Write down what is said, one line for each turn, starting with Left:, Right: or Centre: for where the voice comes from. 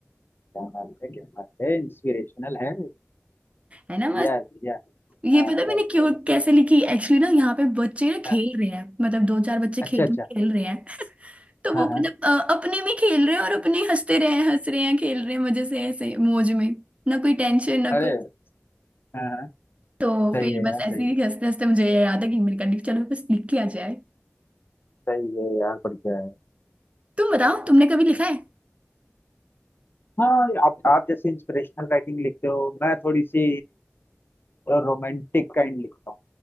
Left: क्या बात है क्या बात है इंस्पिरेशनल है
Right: है ना
Left: बढ़िया है बढ़िया है
Right: ये पता
Left: हाँ, अच्छा
Right: है मैंने
Left: अच्छा
Right: क्यों
Left: अच्छा
Right: कैसे लिखी एक्चुअली ना यहाँ पे बच्चे ना खेल
Left: हाँ,
Right: रहे हैं मतलब दो चार बच्चे
Left: अच्छा
Right: खेत
Left: अच्छा
Right: में खेल रहे हैं तो वो
Left: हाँ
Right: मतलब
Left: हाँ
Right: अ, अपने में खेल रहे हैं और अपने ही हंसते रहे हैं हंस रहे हैं खेल रहे हैं मजे से ऐसे मौज में ना कोई टेंशन ना
Left: अरे
Right: कुछ
Left: हाँ हाँ
Right: तो
Left: सही
Right: फिर
Left: है
Right: बस
Left: यार सही
Right: ऐसे ही
Left: है
Right: हंसते हंसते मुझे ये याद है कि मैंने कहा लिख चलो बस लिख के आ जाए
Left: सही है यार बढ़िया है
Right: तुम बताओ तुमने कभी लिखा है
Left: हाँ आप आप जैसे इंस्पिरेशनल राइटिंग लिखते हो मैं थोड़ी सी रोमांटिक काइंड लिखता